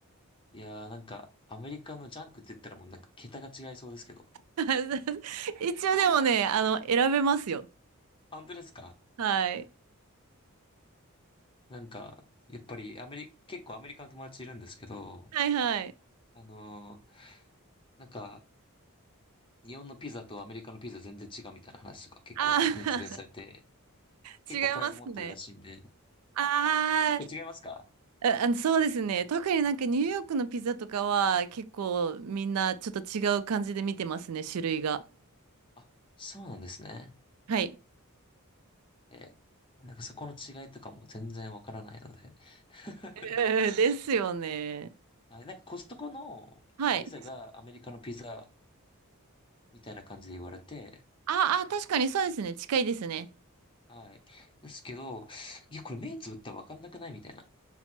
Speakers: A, on the left; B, on the right.
A: いやーなんか、アメリカのジャンクって言ったらもうなんか桁が違いそうですけど。
B: <laughs> 一応でもね、あの、選べますよ。
A: あ、本当ですか
B: はい。
A: なんか、やっぱりアメリ、結構アメリカの友達いるんですけど、
B: はい、はい。
A: あのーなんか、日本のピザとアメリカのピザ全然違うみたいな話とか結構熱弁されて、
B: あ
A: 結構プライド持ってるらしいんで、
B: ー <laughs> 違いますね。あー
A: 結構違いますか
B: あ、ああの、そうですね。特になんかニューヨークのピザとかは結構みんなちょっと違う感じで見てますね、種類が。
A: あ、そうなんですね。
B: はい。
A: えーなんかそこの違いとかも全然わからないので。<laughs>
B: えーですよね。
A: はい、なんかコストコのピザがアメリカのピザ
B: はい。
A: みたいな感じで言われて、
B: ああ、確かにそうですね。近いですね。
A: はい。ですけど、いや、これ目つぶったらわかんなくないみたいな。